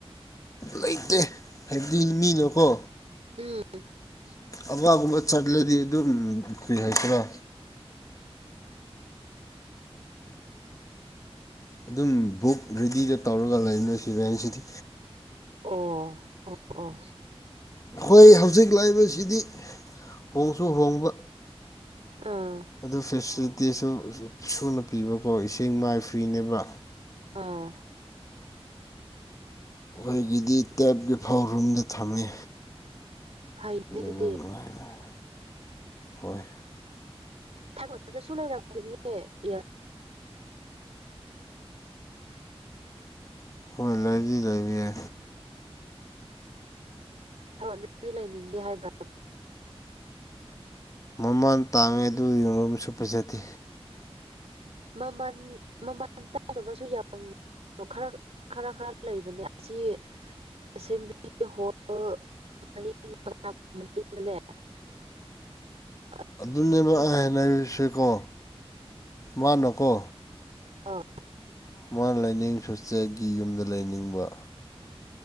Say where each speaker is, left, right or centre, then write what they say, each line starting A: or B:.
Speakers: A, on the left (about 30°); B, on the right (about 85°).
A: ꯂꯩꯇꯦ ꯍꯥꯏꯕꯗꯤ ꯃꯤꯅꯀꯣ
B: ꯎꯝ
A: ꯑꯋꯥꯒꯨꯝꯕ ꯆꯠꯂꯗꯤ ꯑꯗꯨꯝ ꯀꯔꯤ ꯍꯥꯏꯗꯔꯥ ꯑꯗꯨꯝ ꯕꯨꯛ ꯔꯦꯗꯤꯗ ꯇꯧꯔꯒ ꯂꯩꯅ ꯁꯤꯔꯦ ꯍꯥꯏꯁꯤꯗꯤ
B: ꯑꯣ ꯑꯣ ꯑꯣ
A: ꯑꯩꯈꯣꯏ ꯍꯧꯖꯤꯛ ꯂꯥꯛꯏꯕꯁꯤꯗꯤ ꯍꯣꯡꯁꯨ ꯍꯣꯡꯕ
B: ꯑꯥ
A: ꯑꯗꯨ ꯐꯦꯁꯤꯂꯤꯇꯤꯁꯨ ꯁꯨꯅ ꯄꯤꯕꯀꯣ ꯏꯁꯤꯡ ꯃꯥꯏ ꯐ꯭ꯔꯤꯅꯦꯕ
B: ꯑꯥ
A: ꯑꯩꯍꯣꯏꯒꯤꯗꯤ ꯇꯦꯞꯀꯤ ꯐꯥꯎꯔꯨꯝꯗ ꯊꯝꯃꯤ
B: ꯐꯩꯅꯦ
A: ꯑꯗꯨꯅ
B: ꯑꯗꯨꯗꯤ
A: ꯅꯨꯡꯉꯥꯏ ꯅꯨꯡ ꯍꯣꯏ
B: ꯊꯥꯕꯗꯁꯨ ꯂꯩꯔꯝꯒꯅꯤ ꯏ
A: ꯑꯩꯈꯣꯏꯅ ꯂꯥꯏꯔꯤ ꯂꯩꯕꯤ ꯌꯥ
B: ꯔꯅꯗꯤ ꯂꯩꯅꯤꯡꯗꯦ ꯍꯥꯏꯕ꯭ꯔꯥ
A: ꯃꯃꯥꯟ ꯇꯥꯡꯉꯦ ꯑꯗꯨ ꯌꯣꯝꯁꯨ ꯐꯖꯗꯦ
B: ꯃꯃꯜ ꯃꯃꯜ ꯇꯥꯡꯗꯕꯁꯨ ꯌꯥꯝ ꯑ ꯈꯔ ꯈꯔ ꯈꯔ ꯂꯩꯕꯅꯦ ꯑꯁꯤ ꯑꯦꯁꯦꯝꯕ꯭ꯂꯤꯒꯤ ꯍꯣꯜ ꯃꯅꯤꯡꯅꯥꯅꯦ ꯑ
A: ꯑꯗꯨꯅꯦꯕ ꯑꯍꯦꯟꯅ ꯍꯥꯏꯔꯤꯁꯦꯀꯣ ꯃꯥꯅꯀꯣ
B: ꯑ
A: ꯃꯥꯅ ꯂꯥꯏꯅꯤꯡ ꯁꯨꯆꯦꯒꯤ ꯌꯨꯝꯗ ꯂꯩꯅꯤꯡꯕ